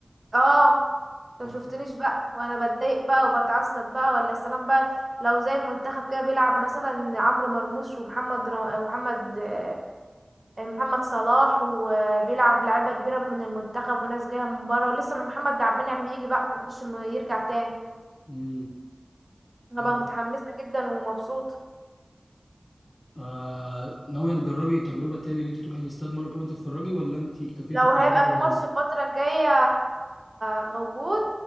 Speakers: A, on the right; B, on the left.
A: اه
B: طب
A: انت مشفتنيش بقى وانا بتضايق بقى وبتعصب بقى ولا سلام بقى لو زي المنتخب كده بيلعب مثلا عمرو مرموش ومحمد را... ومحمد آه، محمد صلاح وبيلعب لعيبه كبيره من المنتخب وناس جايه من بره ولسه ما محمد عبد المنعم يجي بقى يخش م- يرجع تاني
B: امم
A: انا
B: حلو.
A: بقى متحمسه جدا ومبسوطه
B: آه ناوية تجربي تجربة تاني اللي انت تروحي الاستاد مرة كمان تتفرجي ولا انت اكتفيتي
A: لو
B: بالتجربة؟
A: هيبقى في ماتش الفتره الجايه موجود